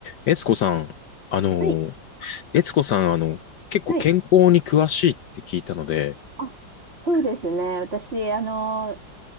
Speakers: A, on the left; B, on the right.
A: えつこさん、あの、
B: はい、
A: えつこさん、あの、結構健康に詳しいって聞いたので、
B: はい。あ、そうですね。私、あの、